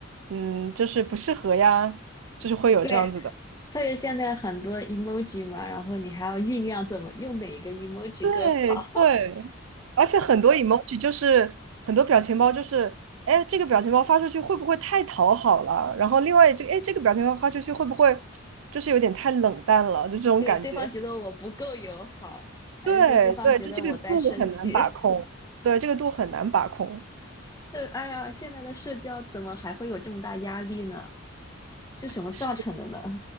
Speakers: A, on the right (about 80°); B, on the left (about 20°).
A: 嗯，就是不适合呀？就是会有这样子的。
B: 对，特别现在很多 emoji 嘛，然后你还要酝酿怎么用哪一个 emoji
A: 对对，
B: 更好。
A: 而且很多 emoji 就是很多表情包就是，哎，这个表情包发出去会不会太讨好了？然后另外这个，哎，这个表情包发出去会不会 <tsk> 就是有点太冷淡了？
B: <laughs>
A: 就这种感觉。
B: 对，对方觉得我不够友好，还是说对方觉得我在生气？
A: 对对，就这个度很难把控，对，这个度很难把控，
B: <laughs> 对，哎呀，现在的社交怎么还会有这么大压力呢？是什么造成的呢？
A: 是